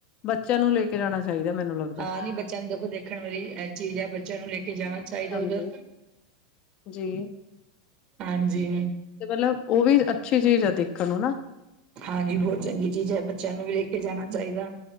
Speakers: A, on the left; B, on the right.
A: ਬੱਚਿਆਂ ਨੂੰ ਲੈ ਕੇ ਜਾਣਾ ਚਾਹੀਦਾ ਮੈਨੂੰ ਲੱਗਦਾ।
B: ਆ ਨੀ ਬੱਚਿਆਂ ਨੂੰ ਦੇਖੋ ਦੇਖਣ ਵਾਲੀ ਇਹ ਚੀਜ਼ ਹੈ ਬੱਚਿਆਂ ਨੂੰ ਲੈ ਕੇ ਜਾਣਾ ਚਾਹੀਦਾ
A: ਹਾਂਜੀ
B: ਉੱਧਰ।
A: ਜੀ।
B: ਹਾਂਜੀ।
A: ਤੇ ਮਤਲਬ, ਉਹ ਵੀ ਅੱਛੀ ਚੀਜ਼ ਆ ਦੇਖਣ ਨੂੰ ਨਾ।
B: ਹਾਂਜੀ ਬਹੁਤ ਚੰਗੀ ਚੀਜ਼ ਹੈ ਬੱਚਿਆਂ ਨੂੰ ਵੀ ਲੈ ਕੇ ਜਾਣਾ ਚਾਹੀਦਾ,